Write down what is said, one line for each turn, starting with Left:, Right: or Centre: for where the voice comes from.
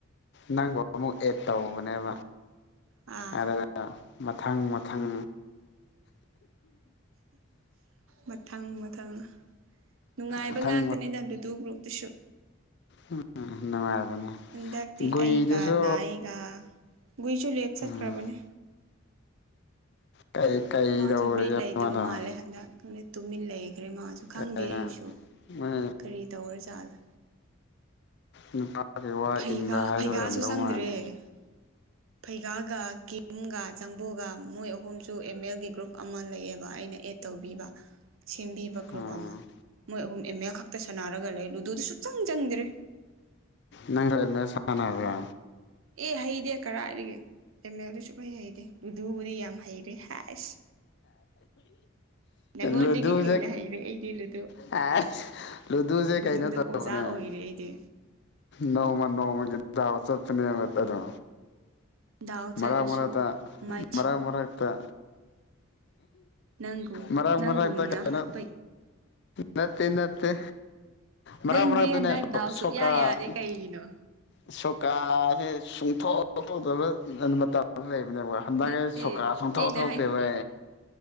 Left: ꯅꯪ ꯕꯨ ꯑꯃꯨꯛ ꯑꯦꯗ ꯇꯧꯕꯅꯦꯕ
Right: ꯑꯥ
Left: ꯑꯗꯨꯒ ꯃꯊꯪ ꯃꯊꯪ
Right: ꯃꯊꯪ ꯃꯊꯪ ꯅꯨꯡꯉꯥꯏꯕ
Left: ꯃꯊꯪ
Right: ꯉꯥꯛꯇꯅꯤ <unintelligible> ꯒ꯭ꯔꯨꯞꯇꯁꯨ
Left: ꯎꯝ ꯅꯨꯡꯉꯥꯏꯕꯅꯦ
Right: ꯍꯟꯗꯛꯇꯤ
Left: ꯒꯨꯏꯗꯨꯁꯨ
Right: ꯑꯩꯒ ꯅꯥꯏꯒ ꯒꯨꯏꯁꯨ ꯂꯦꯠ ꯆꯠꯈ꯭ꯔꯕꯅꯦ
Left: ꯎꯝ ꯀꯩ ꯀꯩꯗꯧꯔꯒꯦ
Right: ꯃꯥꯁꯨ ꯕꯤꯠ ꯂꯩꯇꯕ
Left: ꯃꯥꯗꯣ
Right: ꯃꯥꯜꯂꯦ ꯍꯟꯗꯛ ꯇꯨꯃꯤꯟ ꯂꯩꯈ꯭ꯔꯦ ꯃꯥꯁꯨ ꯈꯪꯗꯦ
Left: ꯀꯩꯅ
Right: ꯑꯩꯁꯨ
Left: ꯃꯣꯏ
Right: ꯀꯔꯤ ꯇꯧꯔ ꯖꯥꯠꯂ
Left: ꯅꯨꯄꯥꯒꯤ ꯋꯥ
Right: ꯐꯩꯒꯥ
Left: ꯏꯟꯕ ꯍꯥꯏꯗꯣ
Right: ꯐꯩꯒꯥꯁꯨ
Left: ꯑꯣꯏꯔꯝꯗꯧ
Right: ꯆꯪꯗ꯭ꯔꯦ
Left: ꯃꯥꯥꯜꯂꯦ
Right: ꯐꯩꯒꯥꯒ ꯀꯤꯝꯒ ꯖꯥꯪ ꯕꯨꯒ ꯃꯣꯏ ꯑꯍꯨꯝꯁꯨ ꯑꯦꯝ ꯑꯦꯜꯒꯤ ꯒ꯭ꯔꯨꯞ ꯑꯃ ꯂꯩꯌꯦꯕ ꯑꯩꯅ ꯑꯦꯠ ꯇꯧꯕꯤꯕ ꯁꯦꯝꯕꯤꯕ ꯒ꯭ꯔꯨꯞ
Left: ꯎꯝ
Right: ꯑꯃ ꯃꯣꯏ ꯑꯍꯨꯝ ꯑꯦꯝ ꯑꯦꯜ ꯈꯛꯇ ꯁꯥꯟꯅꯔꯒ ꯂꯩꯕ ꯗꯨꯗ ꯁꯨꯛꯆꯪ ꯆꯪꯗ꯭ꯔꯦ
Left: ꯅꯪꯁꯨ ꯑꯦꯜ ꯑꯦꯜ ꯁꯥꯅꯕ꯭ꯔꯥ
Right: ꯑꯦ ꯍꯩꯗꯦ ꯀꯔꯥꯏꯗꯒꯤ ꯑꯦꯝ ꯑꯦꯜꯗꯤ ꯁꯨꯡꯍꯩ ꯍꯩꯗꯦ ꯗꯨꯕꯨꯗꯤ ꯌꯥꯝ ꯍꯩꯔꯦ ꯍꯥꯏꯁ ꯅꯉꯣꯟꯗꯒꯤ
Left: ꯂꯨꯗꯨꯁꯦ
Right: ꯍꯦꯟꯅ ꯍꯩꯔꯦ ꯑꯩꯗꯤ ꯂꯨꯗꯣ
Left: ꯑꯁ ꯂꯨꯗꯨꯁꯦ
Right: ꯂꯨꯗꯨꯗ
Left: ꯀꯩꯅꯣ ꯇꯧꯕꯅꯦ
Right: ꯑꯣꯖꯥ ꯑꯣꯏ <unintelligible> ꯑꯩꯗꯤ
Left: ꯅꯣꯡꯃ ꯅꯣꯡꯃꯒꯤ ꯗꯥꯎ ꯆꯠꯄꯅꯦꯕ ꯑꯗꯣ
Right: ꯗꯥꯎ ꯆꯠꯂꯁꯨ
Left: ꯃꯔꯛ ꯃꯔꯛꯇ
Right: ꯃꯥꯏ
Left: ꯃꯔꯛ ꯃꯔꯛꯇ
Right: ꯅꯪꯒꯨꯝ
Left: ꯃꯔꯛ
Right: ꯅꯪꯒꯨꯝꯅ
Left: ꯃꯔꯛꯇ ꯀꯩꯅꯣ
Right: ꯍꯥꯠꯄ
Left: ꯅꯠꯇꯦ ꯅꯠꯇꯦ ꯃꯔꯛ
Right: ꯅꯪꯗꯤ
Left: ꯃꯔꯛꯗꯅꯦ
Right: ꯍꯟꯗꯛ
Left: ꯁꯣ
Right: ꯗꯥꯎ
Left: ꯁꯣꯀꯥ
Right: ꯁꯨꯛꯌꯥ ꯌꯥꯗꯦ ꯀꯩꯒꯤꯅꯣ
Left: ꯁꯣꯀꯥꯁꯦ ꯁꯨꯡꯊꯣꯛ ꯊꯣꯛꯇꯕ ꯃꯇꯝꯃ ꯂꯩꯕꯅꯦꯕ ꯍꯟꯗꯛ
Right: ꯅꯠꯇꯦ
Left: ꯑꯩ ꯁꯣꯀꯥ ꯁꯨꯡꯊꯣꯛ
Right: ꯑꯩꯩꯅ
Left: ꯊꯣꯛꯇꯦꯕ
Right: ꯍꯥꯏ